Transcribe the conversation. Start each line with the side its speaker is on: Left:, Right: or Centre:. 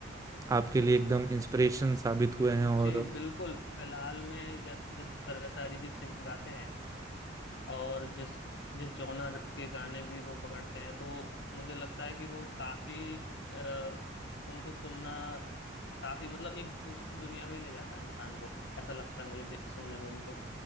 Right: आपके लिए एकदम इंस्पिरेशन साबित हुए हैं
Left: जी
Right: और
Left: बिल्कुल फिलहाल में जिस जिस तरह से अरिजीत सिंह गाते हैं और जिस जिस जॉनर के गाने भी वो पकड़ते हैं तो मुझे लगता है कि वो काफी अ, उनको सुनना काफी मतलब एक दूसरी दुनिया में ही ले जाता है इंसान को ऐसा लगता है मुझे दे- सुनने में उनको